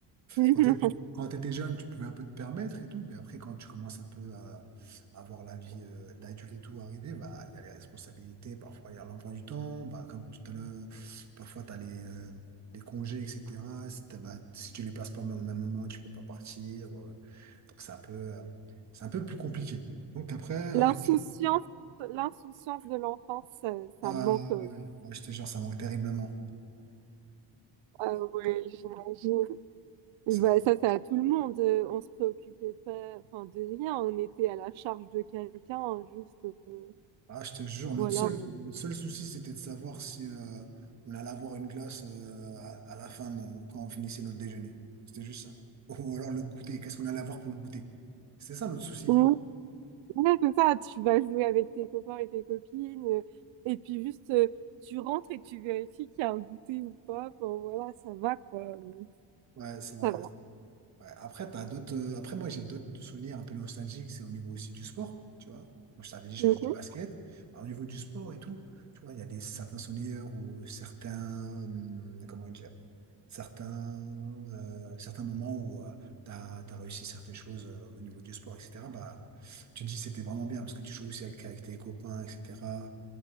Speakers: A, on the right; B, on the right.
A: <laughs>
B: Quand t'es, quand t'étais jeune, tu pouvais un peu te permettre et tout, mais après, quand tu commences un peu à, à voir la vie euh, d'adulte et tout arriver, bah, il y a les responsabilités, parfois il y a l'emploi du temps, bah, comme tout à l'heure, parfois t'as les, euh, les congés, etc. Si, t'as- bah, si tu les places pas au même même moment, tu peux pas partir. euh, donc c'est un peu, euh, c'est un peu plus compliqué. Donc après, euh,
A: L'insouciance,
B: tu-
A: l'insouciance de l'enfance, ça, ça
B: ah,
A: manque.
B: ouais, ouais, ouais, je te jure, ça manque terriblement.
A: Ah ouais, j'imagine. Bah,
B: C'était-
A: ça, c'est à tout le monde. Euh, On se préoccupait pas, enfin, de rien. On était à la charge de quelqu'un, hein, juste, euh,
B: Ah, je te jure, notre
A: voilà.
B: seul, notre seul souci, c'était de savoir si euh, on allait avoir une glace euh, à, à la fin, de- quand on finissait notre déjeuner. C'était juste ça. Ou alors le goûter, qu'est-ce qu'on allait avoir pour le goûter? C'était ça notre souci.
A: Mm. Ouais, c'est ça. Tu vas jouer avec tes copains et tes copines, euh, et puis juste, euh, tu rentres et tu vérifies qu'il y a un goûter ou pas. Bon, voilà, ça va, quoi. Euh,
B: Ouais, c'est vrai.
A: Ça va.
B: Ouais, Après, t'as d'autres. euh, Après, moi, j'ai d'autres souvenirs un peu nostalgiques. C'est au niveau aussi du sport, tu vois. Moi, je t'avais dit, je
A: Mhm.
B: faisais du basket. Alors, au niveau du sport et tout, tu vois, il y a des certains souvenirs ou certains, hum, comment dire, certains, euh, certains moments où euh, t'as tu as, réussi certaines choses euh, au niveau du sport, etc. Bah, tu te dis, c'était vraiment bien parce que tu joues aussi avec, avec tes copains, etc.